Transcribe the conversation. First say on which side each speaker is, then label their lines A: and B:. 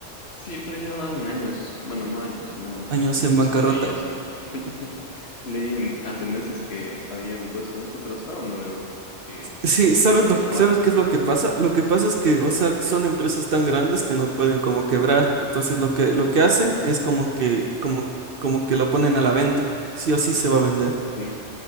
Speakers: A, on the left (about 60°); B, on the right (about 55°).
A: Sí, pero ya van años. Bueno, no años, sino
B: años
A: meses
B: en bancarrota.
A: que leí eso. <laughs> Leí hace meses que habían puesto eso, pero hasta ahora no veo que
B: Sí, ¿sabes
A: hayan
B: lo,
A: cerrado.
B: sabes qué es lo que pasa? Lo que pasa es que, o sea, son empresas tan grandes que no pueden como quebrar. Entonces lo que, lo que hacen es como que, como, como que lo ponen a la venta. Sí o sí se va a vender.
A: Sí.